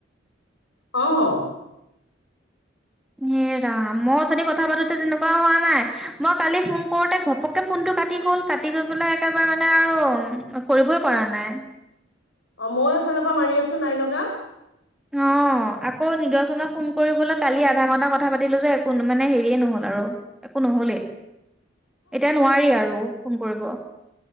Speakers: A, on the left; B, in the centre.
A: অ'
B: হে ৰাম মই অথনি কথা পাতোতে তেনেকুৱা হোৱা নাই, মই কালি ফোন কৰোতে ঘপকে ফোনটো। কাটি গ'ল, কাটি গৈ পেলাই একেবাৰে মানে আৰু কৰিবই পৰা নাই।
A: অ' মই এফালৰ পৰা মাৰি আছো, নাই লগা।
B: অ' আকৌ নিদৰ্শনা ফোন কৰিবলৈ কালি আধা ঘণ্টা কথা পাতিলো যে একো মানে হেৰিয়ে নহ'ল আৰু। একো নহ'লে ই এতিয়া নোৱাৰি আৰু ফোন কৰিব।